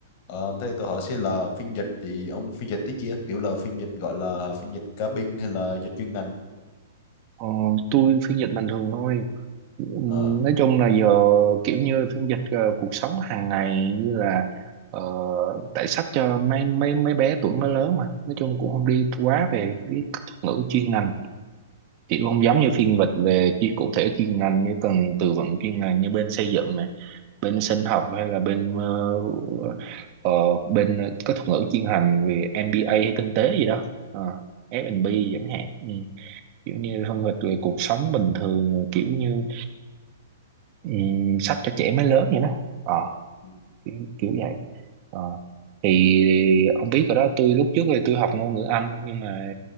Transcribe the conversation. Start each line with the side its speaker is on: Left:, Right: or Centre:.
Left: Ờ, thế tôi hỏi xin là phiên dịch thì ông phiên dịch tiếng gì á? kiểu là phiên dịch gọi là phiên dịch cá binh hay là dịch chuyên ngành
Right: ờ, tôi phiên dịch bình thường thôi Ừm,
Left: Ờ.
Right: nói chung là giờ kiểu như phiên dịch ờ, cuộc sống hàng ngày như là ờ, tại sách cho mấy mấy mấy bé tuổi mới lớn mà nói chung cũng không đi quá về cái thuật ngữ chuyên ngành chỉ không giống như phiên dịch về chi cụ thể chuyên ngành như cần từ vựng chuyên ngành như bên xây dựng này bên sinh học hay là bên ờ, ờ, bên có thuật ngữ chuyên ngành về MBA hay kinh tế gì đó Ờ, F&B chẳng hạn ừ. kiểu như phân tích về cuộc sống bình thường rồi kiểu như ừm, sách cho trẻ mới lớn vậy đó Ờ,
Left: Ừ.
Right: kiểu, kiểu vậy Ờ, thì ông biết rồi đó tôi lúc trước thì tôi học ngôn ngữ Anh nhưng mà